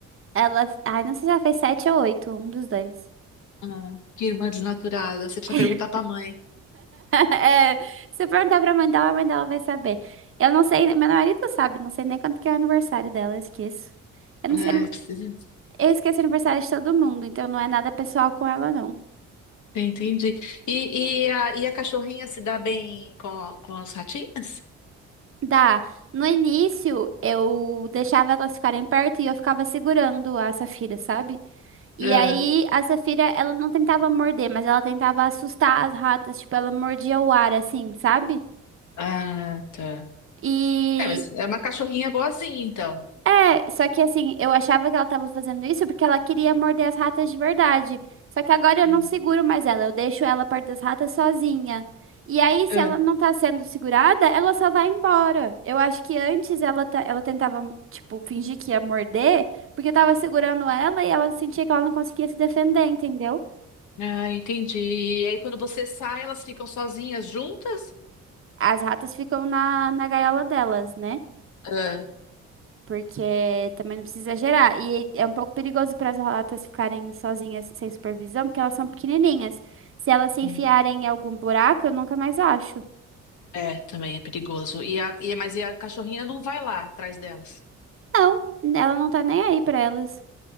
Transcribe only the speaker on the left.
Ah, que irmã desnaturada. Você precisa
perguntar pra mãe.
Ai,
precisa.
Entendi. E, e, a, e a cachorrinha se dá bem com, a- com as ratinhas?
Ah,
ah, tá.
É, mas é uma cachorrinha boazinha, então.
Hum.
Ah,
ah, entendi. E aí, quando você sai, elas ficam sozinhas juntas?
Ah,
hum.
É, também é perigoso. E a, e, mas e a cachorrinha não vai lá atrás delas?